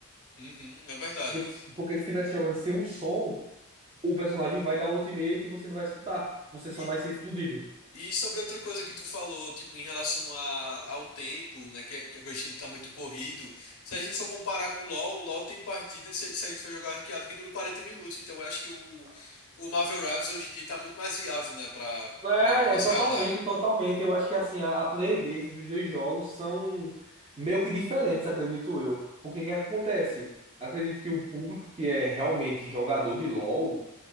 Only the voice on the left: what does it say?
uhum, é verdade.
E,
e sobre outra coisa que tu falou, tipo, em relação a, ao tempo, né? Que, que hoje em dia tá muito corrido. Se a gente for comparar com o LoL, o LoL tem partidas, se, a se a gente for jogar ranqueado, que dura 40 minutos. Então eu acho que o, o Marvel Rivals hoje em dia tá muito mais viável, né? Pra,
pra, pra nossa
realidade.